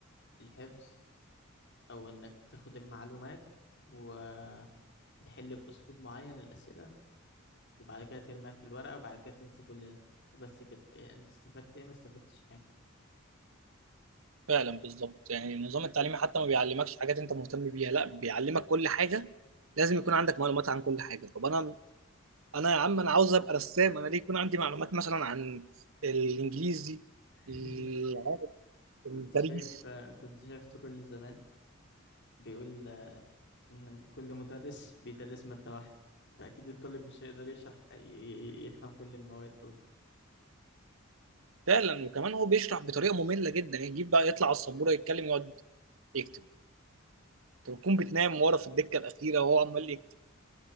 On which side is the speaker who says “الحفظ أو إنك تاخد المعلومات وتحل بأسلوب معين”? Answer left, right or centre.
Left